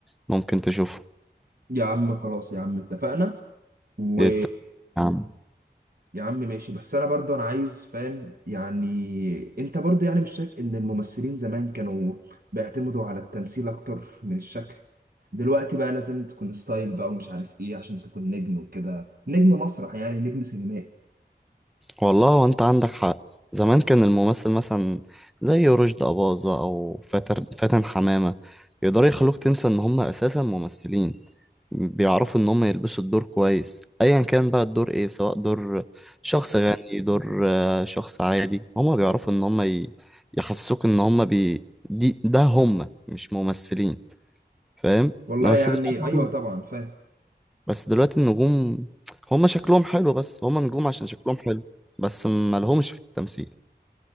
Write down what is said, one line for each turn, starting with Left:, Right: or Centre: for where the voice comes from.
Centre: ممكن تشوفه
Right: يا عم خلاص يا عم اتفقنا و
Centre: إيه الت- يا عم
Right: يا عم ماشي بس انا برضه انا عايز فاهم يعني انت برضه يعني مش شايف ان الممثلين زمان كانوا بيعتمدوا على التمثيل اكتر من الشكل دلوقتي بقى لازم تكون ستايل بقى ومش عارف ايه عشان تكون نجم وكده نجم مسرح يعني نجم سينمائي
Centre: والله وانت عندك حق زمان كان الممثل مثلا زي رشدي أباظة أو فاتر فاتن حمامة يقدروا يخلوك تنسى إن هم أساسا ممثلين بيعرفوا إن هم يلبسوا الدور كويس أيا كان بقى الدور إيه سواء دور شخص غني دور آه، شخص عادي هم بيعرفوا إن هم ي- يحسسوك إن هم بي... دي ده هم مش ممثلين فاهم؟
Right: والله
Centre: انا بس
Right: يعني
Centre: دلوقتي
Right: ايوه طبعا فاهم
Centre: بس دلوقتي النجوم هما شكلهم حلو بس هما نجوم عشان شكلهم حلو بس ما لهمش في التمثيل